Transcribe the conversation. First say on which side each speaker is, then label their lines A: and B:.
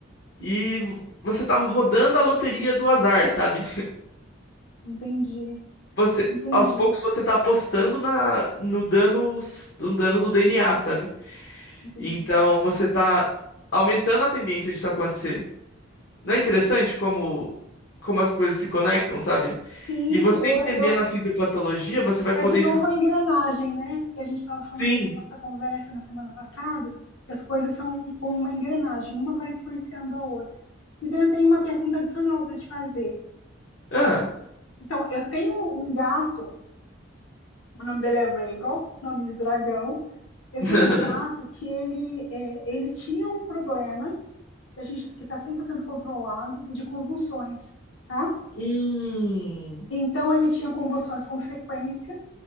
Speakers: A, on the left; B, on the left.
A: e você tá rodando a loteria do azar, sabe?
B: entendi,
A: Você,
B: entendi,
A: aos poucos você tá apostando na, no dano, no dano do DNA, sabe?
B: entendi.
A: Então você tá aumentando a tendência disso acontecer. Não é interessante como, como as coisas se conectam, sabe?
B: Sim,
A: E você
B: eu,
A: entendendo
B: eu
A: a fisiopatologia, você vai
B: É
A: poder
B: de novo
A: estudar.
B: a engrenagem, né? Que a gente estava falando
A: Sim.
B: na nossa conversa na semana passada, que as coisas são como uma engrenagem, uma vai influenciando a outra. Então, eu tenho uma pergunta adicional para te fazer.
A: Ah.
B: Então, eu tenho um gato, o nome dele é Rhaegal, nome de dragão. Eu
A: <laughs>
B: tenho um gato que ele, é, ele tinha um problema, que a gente, que está 100% controlado, de convulsões, tá?
A: Hum,
B: Então, ele tinha convulsões com frequência